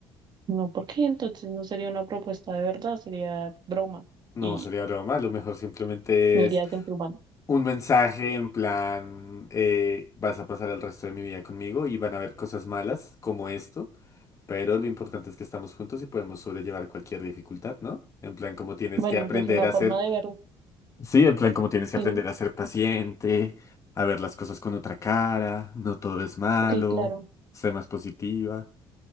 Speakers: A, on the right; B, on the left.
A: No, ¿por qué? Entonces no sería una propuesta de verdad, sería broma
B: No
A: y
B: sería broma, lo mejor simplemente
A: no
B: es
A: iría sentido humano.
B: un mensaje en plan, eh, vas a pasar el resto de mi vida conmigo y van a haber cosas malas como esto, pero lo importante es que estamos juntos y podemos sobrellevar cualquier dificultad, ¿no? En plan, como tienes
A: Bueno,
B: que aprender
A: esa es una
B: a
A: forma
B: ser
A: de verlo.
B: Sí, en plan como tienes que
A: Sí,
B: aprender a ser paciente, a ver las cosas con otra cara, no todo es malo,
A: sí, claro.
B: ser más positiva.